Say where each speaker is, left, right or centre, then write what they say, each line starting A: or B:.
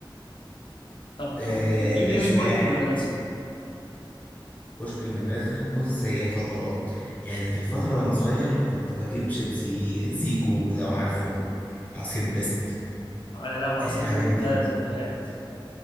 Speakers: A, on the left; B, on the left.
A: طب
B: آه،
A: كنت بتجيب
B: الاشباح
A: ايه من كشك المدرسه
B: كشك المدرسه بص هي فترات يعني في الفتره وانا صغير كنت بجيب شيبسي زيكو لو عارفه عصير بيست
A: آه، يا لهوي عصير
B: آه، الحاجات
A: بس
B: دي
A: ده ذكريات